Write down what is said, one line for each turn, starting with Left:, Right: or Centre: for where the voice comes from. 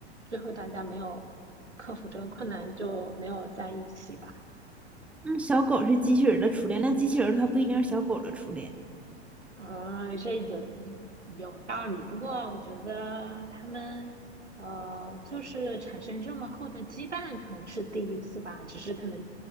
Right: 最后大家没有克服这个困难，就没有在一起吧。
Centre: 嗯，小狗是机器人儿的初恋，那机器人儿它不一定是小狗的初恋。
Right: 啊，这有一有道理。不过我觉得他们呃，就是产生这么厚的羁绊，可能是第一次吧。只是可能